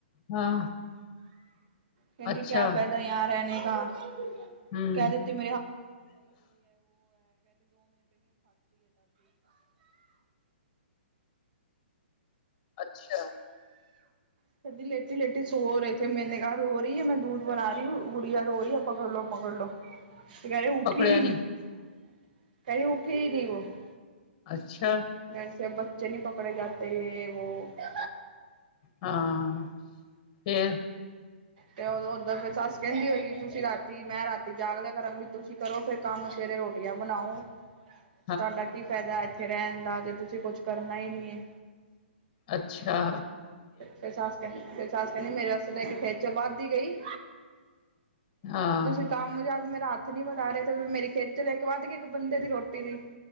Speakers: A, on the left; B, on the right.
A: ਹਾਂ
B: ਕੈਂਦੀ
A: ਅੱਛਾ
B: ਕੇਆ ਫੈਦਾ ਯ੍ਹਾਂ ਰੈਣੇ ਕਾ,
A: ਹੂੰ
B: ਕੈ ਦੇਤ <inaudible> <inaudible>
A: ਅੱਛਾ।
B: <inaudible> <inaudible>
A: ਪਕੜਿਆ ਨੀ ਅੱਛਾ।
B: <inaudible>
A: ਹਾਂ ਫੇਰ
B: ਤੇ ਓਦਾਂ ਫੇਰ ਸੱਸ ਕਹਿੰਦੀ ਹੋਏਗੀ ਤੁਸੀਂ ਰਾਤੀ ਮੈਂ ਰਾਤੀ ਜਾਗ ਲਿਆ ਕਰਾਂਗੀ ਤੁਸੀਂ ਕਰੋ ਫੇਰ ਕੰਮ ਸਵੇਰੇ ਰੋਟੀਆਂ ਬਣਾਓ
A: <inaudible>
B: ਤੁਹਾਡਾ ਕੀ ਫਾਇਦਾ ਇੱਥੇ ਰਹਿਣ ਦਾ ਜੇ ਤੁਸੀਂ ਕੁਛ ਕਰਨਾ ਹੀ ਨਹੀਂ ਹੈ।
A: ਅੱਛਾ।
B: ਫੇਰ ਸਸ ਕਹੰਦੀ ਫੇਰ ਸੀਸ ਕਹੰਦੀ ਮੇਰੇ ਵਾਸਤੇ ਤਾ ਖੇਚਲ ਵੱਧ ਹੀ ਗਈ।
A: ਹਾਂ।
B: ਤੁਸੀਂ ਕੰਮ ਜਦ ਮੇਰਾ ਹੱਥ ਨਹੀਂ ਵੱਡਾ ਰੇ ਤੇ ਮੇਰੀ ਖੇਚਲ ਇੱਕ ਵੱਧ ਗੀ ਇੱਕ ਬੰਦੇ ਦੀ ਰੋਟੀ ਦੀ